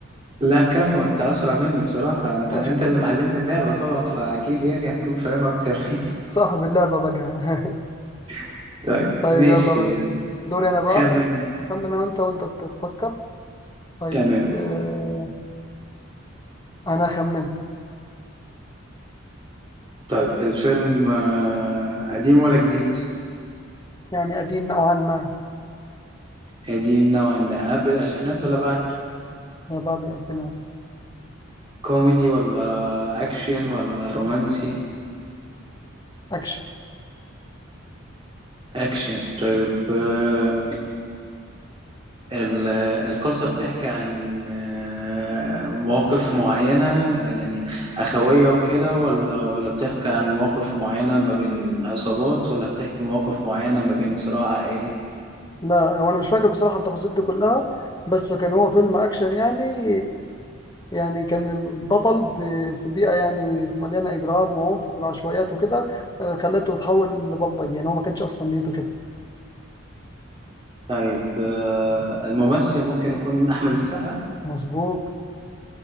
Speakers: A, on the right; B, on the left.
A: لا كفو انت اسرع مني بصراحة انت
B: ماشي
A: انت اللي معلمني اللعبة طبعا
B: ص-
A: فاكيد
B: ص- ص-
A: يعني هتكون فاهمها
B: ص-
A: اكتر مني
B: صاحب اللعبه بقى <laughs>
A: <laughs> طيب
B: طيب
A: ماشي
B: يلا بقى دوري انا بقى
A: خمن
B: اخمن انا وانت وانت تتفكر طيب
A: تمام
B: آه، انا خمنت
A: طيب الفيلم آه، قديم ولا جديد
B: يعني قديم نوعا ما
A: قديم نوعا ما قبل الالفينات ولا بعد
B: ما بعد الالفينات
A: كوميدي ولا اكشن ولا رومانسي
B: اكشن
A: اكشن طيب آه، ال- القصة بتحكي عن آه، مواقف معينة يعني أخوية وكده ولا ولا بتحكي عن مواقف معينة ما بين عصابات ولا بتحكي مواقف معينة ما بين صراع عائلي
B: لا وانا مش فاكر بصراحه التفاصيل دي كلها بس كان هو فيلم اكشن يعني يعني كان البطل ب- في بيئه يعني مليانه اجرام وعنف في العشوائيات وكده آه، خلته يتحول لبلطجي يعني هو ما كانش اصلا نيته كده
A: طيب آه، الممثل ممكن يكون أحمد السقا
B: مظبوط